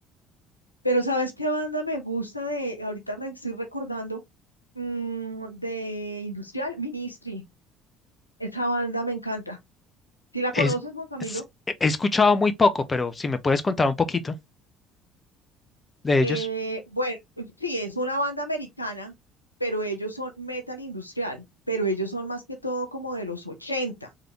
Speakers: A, on the left; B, on the left.
A: Pero ¿sabes qué banda me gusta de, ahorita re- estoy recordando, mm, de industrial? Ministry. Esa banda me encanta. ¿Sí la
B: Es,
A: conoces, Juan Camilo?
B: es- he escuchado muy poco, pero si me puedes contar un poquito de ellos.
A: Eh, bueno, sí, es una banda americana, pero ellos son metal industrial, pero ellos son más que todo como de los 80.